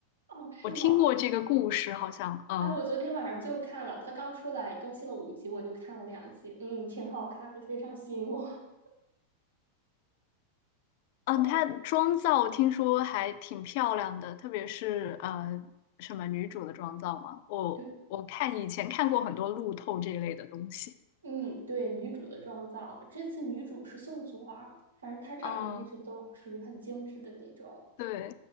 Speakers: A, on the right (about 70°); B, on the left (about 50°).
A: 哦，是吗？
B: 我听过这个故事，好像，嗯
A: 哎，我昨天晚上就看了，它刚出来更新了五集，我就看了两集，嗯，挺好看的，非常吸引我。
B: 嗯，
A: <laughs> 嗯，
B: 她妆造听说还挺漂亮的，特别是呃什么女主的妆造嘛，我我看以前看过很多路透这一类的东西，
A: 对，嗯，对，女主的妆造，这次女主是宋祖儿，反正她长得一直都属于很精致的那种。
B: 嗯，对，